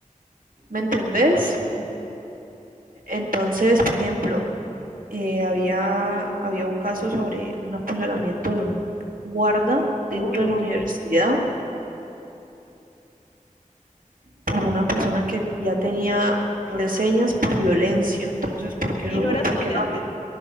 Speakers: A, on the right; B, on the left.
A: ¿me entendés?
B: Ujú.
A: Entonces, por ejemplo, eh, había, había un caso sobre un apuñalamiento de un guarda dentro
B: Uy,
A: de
B: ok.
A: la universidad por una persona que ya tenía reseñas por violencia, entonces, ¿por qué
B: ¿Y
A: no?
B: no era estudiante?
A: ¿Por qué no?